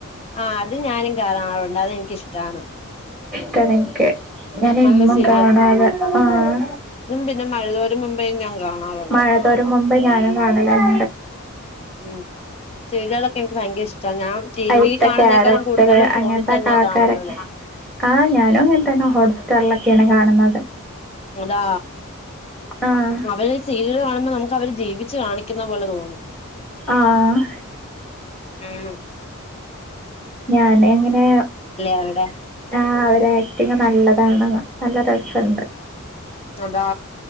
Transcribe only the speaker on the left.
ആഹ് അത് ഞാനും കാറാറുണ്ട് അതെനിക്കിഷ്ടാ
ഉം
നല്ല
സീ
പിന്നെ മഴതോരും മുമ്പേ ഞാൻ കാണാറുണ്ട്
ഉം ചെയെ്തളൊക്കെ എനിക്ക് ഭയങ്കര ഇഷ്ടം ഞാൻ ടി
വിയിൽ കാണുന്നേക്കാളും
കൂടുതലും
ഫോണിൽ തന്നെയ
കാണുന്നത്
അതാ
അവര് ചെയീത് കാണുമ്പോൾ നമുക്ക് അവര് ജീവിച്ചു കാണിക്കുന്ന പോലെ തോന്നും
ഉം
അവരുടെ
അതാ